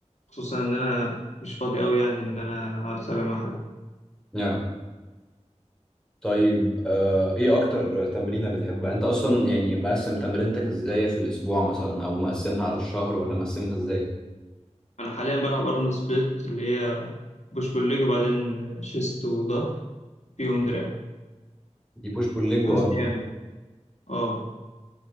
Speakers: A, on the left; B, in the centre.
A: خصوصا إن أنا مش فاضي أوي يعني إن أنا أقعد أتابع مع حد
B: يا طيب آه، ايه اكتر تمرينة بتحبها انت اصلا يعني مقسم تمرينتك ازاي في الاسبوع مثلا او مقسمها على الشهر ولا مقسمها ازاي
A: أنا حاليا بلعب أرنولد سبليت اللي هي بوش بول ليج وبعدين شيست وظهر فيهم دراع
B: دي بوش بول ليج وارم
A: خمس أيام يعني أه